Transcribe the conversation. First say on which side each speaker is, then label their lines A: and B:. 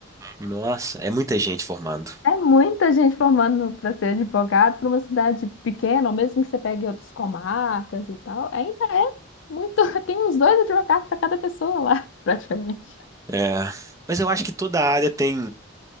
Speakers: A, on the right; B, on the left.
A: nossa, é muita gente formando.
B: É muita gente formando para ser advogado para uma cidade pequena, ou mesmo que você pegue outras comarcas e tal. Ainda é muito. <laughs> Tem uns dois advogados para cada pessoa lá, <laughs> praticamente.
A: É, mas eu acho que toda área tem,